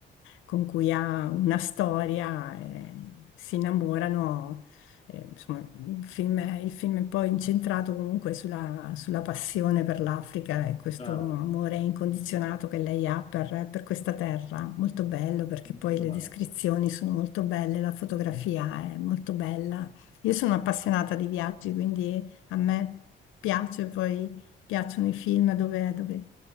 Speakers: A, on the left (about 85°); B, on the left (about 30°).
A: con cui ha una storia, e si innamorano. eh, insomma, il film è, il film è poi incentrato comunque sulla, sulla passione per l'Africa e questo
B: certo.
A: amore incondizionato che lei ha per, per questa terra. Molto bello perché
B: Molto
A: poi
B: bello.
A: le descrizioni sono molto belle, la fotografia è molto bella. Io sono appassionata di viaggi, quindi a me piace, poi piacciono i film dove, dove